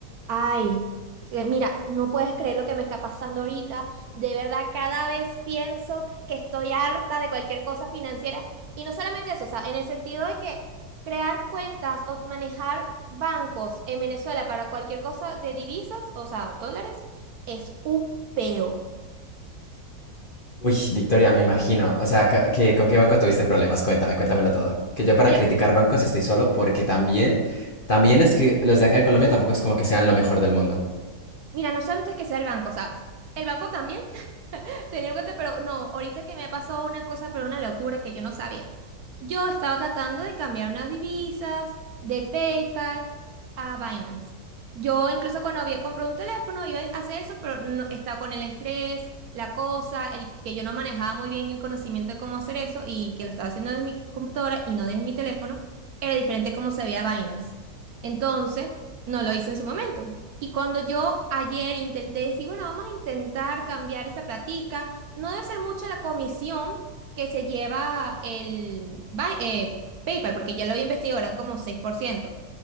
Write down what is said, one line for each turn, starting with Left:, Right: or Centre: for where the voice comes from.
Right: Ay, que mira, no puedes creer lo que me está pasando ahorita. De verdad, cada vez pienso que estoy harta de cualquier cosa financiera. Y no solamente eso, o sea, en el sentido de que crear cuentas o manejar bancos en Venezuela para cualquier cosa de divisas, o sea, dólares, es un peo.
Left: Uy, Victoria, me imagino. O sea, ca- que, ¿con qué banco tuviste problemas? Cuéntame, cuéntamelo todo. Que yo para
Right: Mira,
Left: criticar bancos estoy solo porque también, también es que los de acá de Colombia tampoco es como que sean lo mejor del mundo.
Right: mira, no solamente que sea el banco, o sea, el banco también. Tenía en cuenta, pero no, ahorita que me pasó una cosa, pero una locura que yo no sabía. Yo estaba tratando de cambiar unas divisas de PayPal a Binance. Yo incluso cuando había comprado un teléfono iba a hacer eso, pero no, estaba con el estrés, la cosa, el que yo no manejaba muy bien el conocimiento de cómo hacer eso y que lo estaba haciendo desde mi computadora y no desde mi teléfono, era diferente cómo se veía Binance. Entonces, no lo hice en su momento. Y cuando yo ayer intenté decir, bueno, vamos a intentar cambiar esa platica, no debe ser mucho la comisión que se lleva el Bi- eh, PayPal, porque ya lo había investigado, eran como seis por ciento